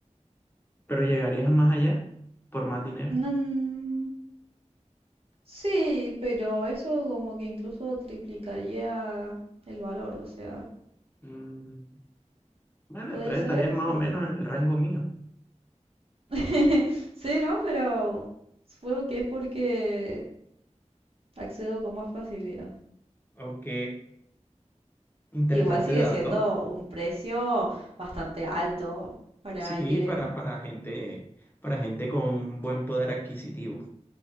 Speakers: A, on the left (about 15°); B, on the right (about 50°).
A: Pero llegarías más allá por más dinero.
B: Mm, sí, pero eso como que incluso triplicaría el valor, o sea,
A: Mm, Bueno,
B: puede
A: entonces
B: ser,
A: estarías más
B: pero...
A: o menos en el rango mío.
B: <laughs> Sí, ¿no? Pero supongo que es porque accedo con más facilidad.
A: Ok, interesante
B: Igual sigue
A: dato.
B: siendo un precio bastante alto para
A: Sí,
B: alguien.
A: para, para gente, para gente con buen poder adquisitivo.